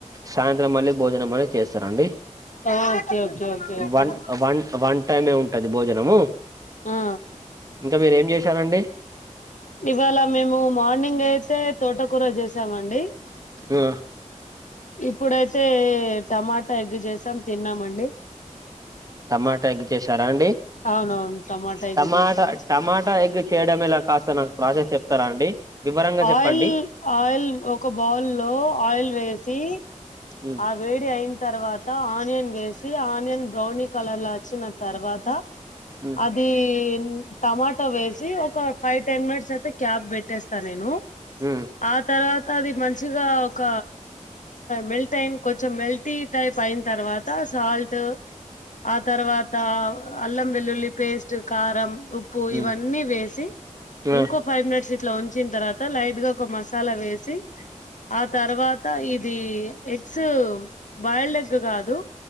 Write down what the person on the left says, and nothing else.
okay okay okay okay
ఆ
ఇవాళ మేము మార్నింగ్ అయితే తోట కూర చేసామండి
ఇప్పుడైతే టమాటా ఎగ్ చేసాం తిన్నామండి
అవునవును టమాటా ఎగ్
చేసాం
ఆయిల్ ఆయిల్ ఒక బౌల్లో ఆయిల్ వేసి
ఆ వేడి అయిన తర్వాత ఆనియన్ వేస్ సి ఆనియన్ బ్రౌని కలర్లా వచ్చిన తర్వాత
అది టమాటా వేసి ఒక ఫైవ్ టెన్ మినిట్స్ అయితే క్యాప్ పెట్టేస్తా నేను
ఆ తర్వాత అది మంచిగా ఒక మెల్ టైన్ కొంచెం మెల్టీ టైప్ అయిన తర్వా త సాల్టు ఆ తర్వాత అల్లం వెల్లుల్లి పేస్టు కారం ఉప్పు
ఇవన్నీ వేసి ఇంకో
ఫైవ్ మినిట్స్ ఇట్లా ఉ వచ్చిన తర్వాత లైట్ గా ఒక మసాలా వేసి ఆ తర్వాత ఇది ఎగ్స్ బాయిల్డ్ ఎగ్ గాదు